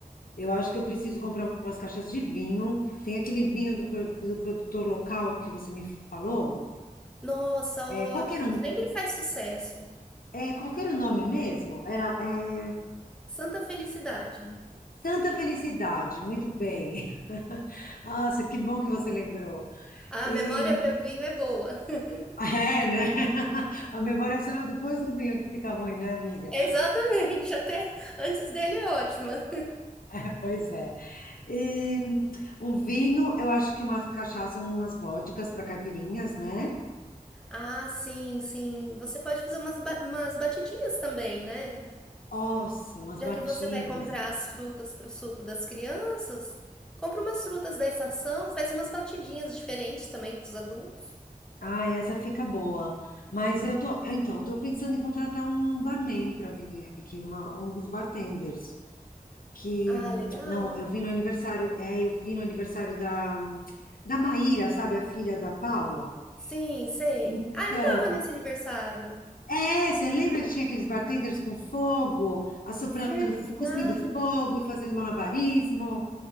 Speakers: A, on the left; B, in the centre.
A: Eu acho que eu preciso comprar umas caixas de vinho. Tem aquele vinho do, pro- do produtor local que você me falou.
B: Nossa, ótimo.
A: É, qual que era,
B: Sempre
A: o-
B: faz sucesso.
A: é, qual que era o nome mesmo? Era. é,
B: Santa felicidade.
A: Santa Felicidade, muito bem. <laughs> Nossa, que bom que você lembrou.
B: A
A: E
B: memória para vinho é boa. <laughs>
A: é, né? <laughs> A memória só é depois do vinho que fica ruim, né, amiga?
B: Exatamente, até antes dele é ótima.
A: É, pois é. E um vinho, eu acho que uma cachaça e umas vodkas para caipirinhas, né?
B: Ah, sim, sim. Você pode fazer umas, ba- umas batidinhas também, né?
A: Nossa, umas
B: Já
A: batidas.
B: que você vai comprar as frutas para o suco das crianças, compra umas frutas da estação, faz umas batidinhas diferentes também para os adultos.
A: Ai, essa fica boa. Mas eu tô, então, eu tô pensando em contratar um barman para vir aqui, uma- um dos bartenders. que
B: Ah, legal.
A: não, eu vi no aniversário, é, eu vi no aniversário da da Maíra, sabe, a filha da Paula.
B: Sim, sei.
A: Então,
B: Ah, eu tava nesse aniversário.
A: é, você lembra que tinha aqueles bartenders com fogo, assoprando,
B: Verdade.
A: f- cuspindo fogo e fazendo malabarismo?